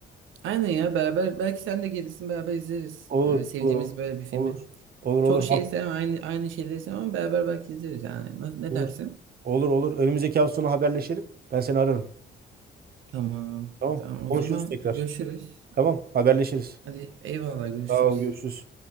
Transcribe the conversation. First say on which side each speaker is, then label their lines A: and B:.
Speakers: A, on the right; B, on the right.
A: Aynen ya beraber belki sen de gelirsin beraber izleriz.
B: Olur.
A: Ee, sevdiğimiz
B: Olur.
A: böyle bir filmi.
B: Olur. Olur.
A: Çok
B: Olur.
A: şeyse
B: Ha-
A: aynı aynı şeyleri ama beraber belki izleriz yani. Nasıl, ne
B: Olur.
A: dersin?
B: Olur. Olur. Önümüzdeki hafta sonu haberleşelim. Ben seni ararım.
A: Tamam.
B: Tamam.
A: Tamam o
B: Konuşuruz
A: zaman
B: tekrar.
A: görüşürüz.
B: Tamam. Haberleşiriz.
A: Hadi eyvallah görüşürüz.
B: Sağ ol. Görüşürüz.